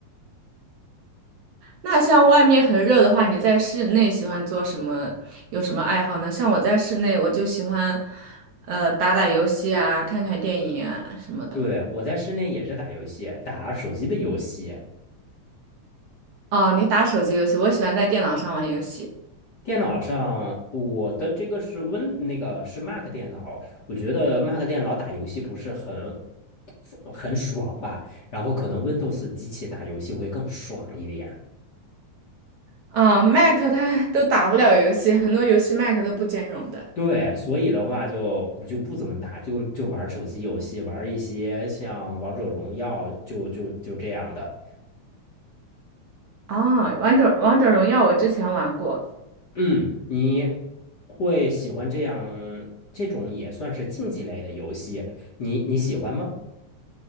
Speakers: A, on the right; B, on the left.
A: 那像外面很热的话，你在室内喜欢做什么？有什么爱好呢？像我在室内，我就喜欢呃打打游戏啊，看看电影啊什么的。
B: 对，我在室内也是打游戏，打手机的游戏。
A: 哦，你打手机游戏，我喜欢在电脑上玩游戏。
B: 电脑上，我的这个是 Win，那个是 Mac 电脑。我觉得 Mac 电脑打游戏不是很很爽吧，然后可能 Windows 机器打游戏会更爽一点。
A: 啊、m a c 它都打不了游戏，很多游戏 Mac 都不兼容的。
B: 对，所以的话就我就不怎么打，就就玩手机游戏，玩一些像王者荣耀，就就就这样的。
A: 啊、王者王者荣耀我之前玩过，
B: 嗯，你会喜欢这样这种也算是竞技类的游戏，你你喜欢吗？